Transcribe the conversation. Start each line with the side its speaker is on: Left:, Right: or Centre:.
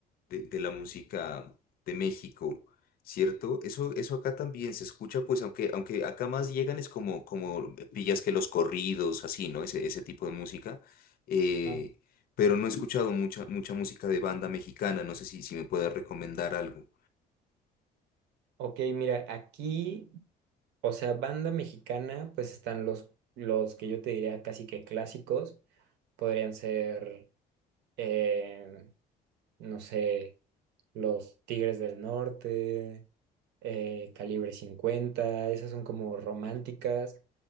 Left: de, de la música de México, ¿cierto? Eso, eso acá también se escucha, pues, aunque, aunque acá más llegan es como, como pillas que los corridos, así, ¿no? Ese, ese tipo de música. Eh,
Right: ah,
Left: pero no he escuchado mucha, mucha música de banda mexicana. No sé si, si me puedas recomendar algo.
Right: ok, mira, aquí, o sea, banda mexicana, pues están los, los que yo te diría casi que clásicos, podrían ser, eh, no sé. los Tigres del Norte, eh, Calibre cincuenta esas son como románticas.